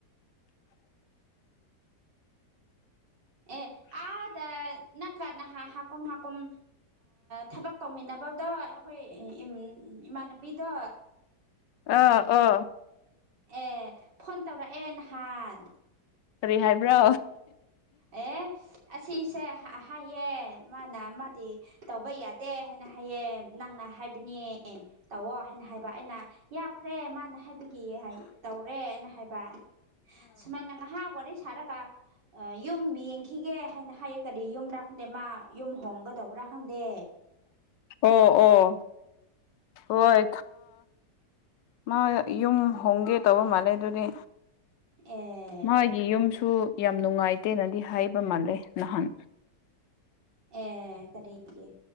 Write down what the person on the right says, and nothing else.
ꯑꯦ ꯑꯥꯗ ꯅꯪꯒ ꯅꯍꯥ ꯍꯥꯀꯨꯝ ꯍꯥꯀꯨꯝ ꯊꯕꯛ ꯇꯧꯃꯤꯟꯅꯕꯗꯣ ꯑꯩꯈꯣꯏ ꯏ ꯏꯃꯅꯕꯤꯗꯣ
ꯑꯦ ꯐꯣꯟ ꯇꯧꯔ ꯑꯦ ꯅꯍꯥꯟ
ꯑꯦ ꯑꯁꯤꯁꯦ ꯍꯥꯏꯌꯦꯦ ꯃꯥꯅ ꯃꯥꯗꯤ ꯇꯧꯕ ꯌꯥꯗꯦ ꯍꯥꯏꯅ ꯍꯥꯏꯌꯦ ꯅꯪꯅ ꯍꯥꯏꯕꯅꯦ ꯇꯧꯑꯣ ꯍꯥꯏꯅ ꯍꯥꯏꯕ ꯑꯩꯅ ꯌꯥꯎꯈ꯭ꯔꯦ ꯃꯥ ꯍꯥꯏꯕꯒꯤ ꯇꯧꯔꯦꯅ ꯍꯥꯏꯕ ꯁꯨꯃꯥꯏꯅ ꯉꯥꯏꯍꯥꯛ ꯋꯥꯔꯤ ꯁꯥꯔꯒ ꯁꯨꯝ ꯌꯦꯡꯈꯤꯒꯦ ꯍꯥꯏꯅ ꯍꯥꯏꯌꯦ ꯀꯗꯤ ꯌꯨꯝꯗ꯭ꯔꯥ ꯈꯪꯗꯦ ꯃꯥ ꯌꯨꯝ ꯍꯣꯡꯒꯗꯧꯕ꯭ꯔꯥ ꯈꯪꯗꯦ
ꯑꯦ
ꯑꯦ ꯀꯔꯤꯒꯤ